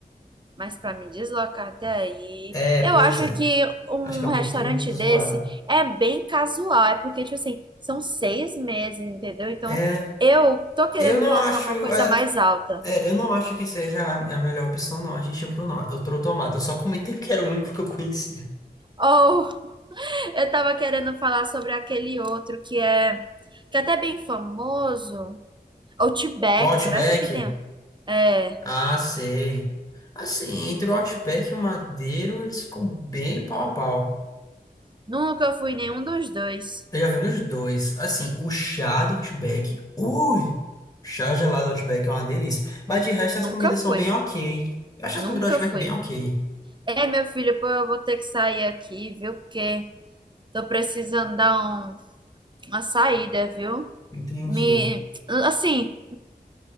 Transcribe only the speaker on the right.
Mas para me deslocar até aí,
eu
acho
que um
restaurante
desse é bem casual, é porque, tipo assim, são seis meses, entendeu? Então,
eu tô querendo
colocar
uma coisa
mais alta.
Ou <laughs> eu tava querendo falar sobre aquele outro que é, que é até bem famoso, Outback,
será que isso aqui tem? É,
nunca fui em nenhum dos dois.
Nunca
fui,
nunca
fui.
É, meu filho, pô, eu vou ter que sair aqui, viu? Porque Tô precisando dar um- uma saída, viu?
Me, assim,